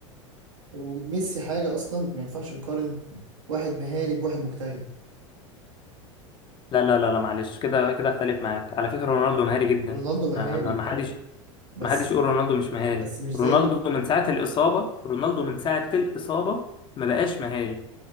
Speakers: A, on the right; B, on the left.
A: وميسي حاجه اصلا ما ينفعش نقارن واحد مهاري بواحد مجتهد
B: لا لا لا لا معلش كده كده اختلف معاك على فكرة رونالدو مهاري جدا
A: رونالدو
B: ما
A: مهاري
B: ما ما حدش
A: بس
B: ما حدش يقول رونالدو مش مهاري
A: بس مش
B: رونالدو
A: زي
B: من ساعة الإصابة رونالدو من ساعة الإصابة ما بقاش مهاري